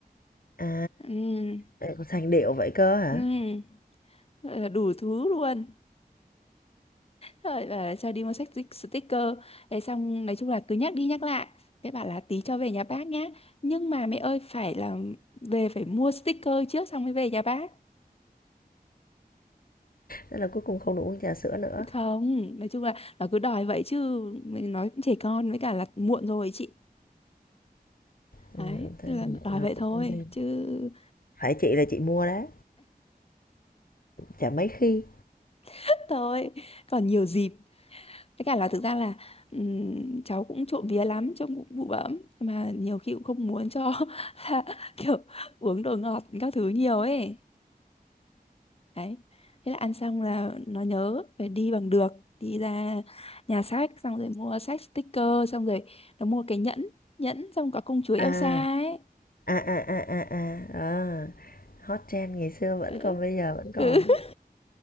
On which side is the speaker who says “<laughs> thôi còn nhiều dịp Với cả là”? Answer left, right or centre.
Left